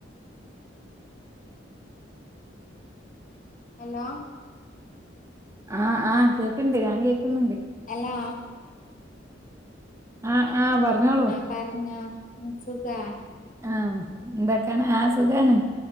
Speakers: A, on the left; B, on the right.
A: ഹലോ.
B: ആഹ് ആഹ് കേക്ക്ണ്ട് ഞാൻ കേക്ക്ന്നുണ്ട്.
A: ഹലോ.
B: ആഹ് ആഹ് പറഞ്ഞോളൂ.
A: പർഞ്ഞോ മ് സുഖാ.
B: ആഹ് എന്തൊക്കേണ് ആ സുഖാണ്